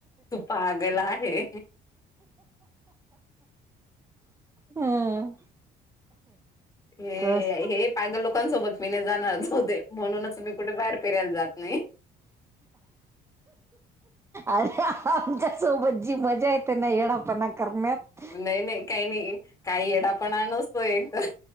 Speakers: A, on the left; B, on the right.
A: तू पागला आहे.
B: हं
A: हे
B: कस
A: हे पागल लोकांसोबत मी नाही जाणारच होते म्हणूनच मी कुठे बाहेर फिरायला जात नाही.
B: अरे आमच्या सोबत जी मजा आहे ते ना येळापणा करण्यातत.
A: नाही नाही काही नाही. काही येडा पणा नसतो एक तर